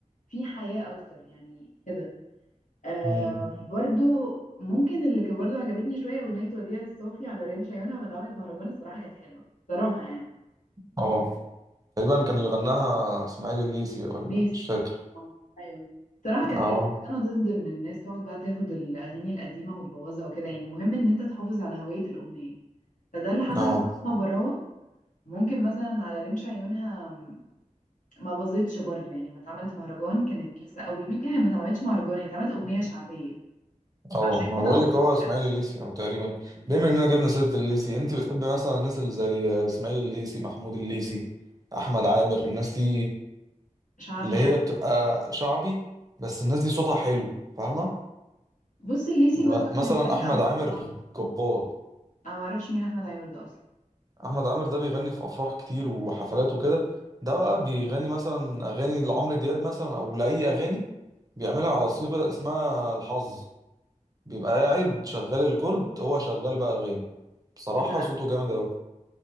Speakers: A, on the left; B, on the right.
A: فيه حياه اكتر يعني كده آه
B: امم
A: برضو ممكن اللي كان برضو عجبتني شويه اغنيه وديع الصوفي على رمش عيونها ما اتعملت مهرجان الصراحه كانت حلوه صراحه يعني
B: اه تقريبا كان اللي غناها اسماعيل الليسي ولا
A: ميسي
B: مش فاكر
A: آه، ايوه صراحه كانت
B: اه
A: حلوه بس انا ضد ان الناس تقعد بقى تاخد الاغاني القديمه وتبوظها وكده يعني مهم ان انت تحافظ على هويه الاغنيه فده اللي حصل
B: اه
A: مع ماما براوه ممكن مثلا على رمش عيونها م- ما باظتش برضو يعني ما اتعملت مهرجان كانت لسه قوي يمكن هي ما اتعملتش مهرجان هي اتعملت اغنيه شعبيه
B: اه
A: فعشان
B: ما انا
A: كده
B: بقول
A: ما باظتش
B: لك هو اسماعيل الليسي او تقريبا
A: قوي.
B: بما اننا جبنا سيره الليسي انت بتحبي مثلا الناس اللي زي اسماعيل الليسي محمود الليسي احمد عامر الناس دي
A: شعبي
B: اللي
A: يعني
B: هي بتبقى شعبي بس الناس دي صوتها حلو فاهمه
A: بص الليسي
B: يعني
A: برضو
B: مثلا
A: بالنسبه لي
B: احمد
A: افراح
B: عامر
A: انا
B: جبار
A: ما اعرفش مين احمد عامر ده اصلا
B: احمد عامر ده بيغني في افراح كتير وحفلات وكده ده بقى بيغني مثلا اغاني لعمرو دياب مثلا او لاي اغاني بيعملها على صيغه اسمها الحظ بيبقى قاعد شغال الكورد هو شغال بقى اغاني بصراحه
A: لا
B: صوته جامد اوي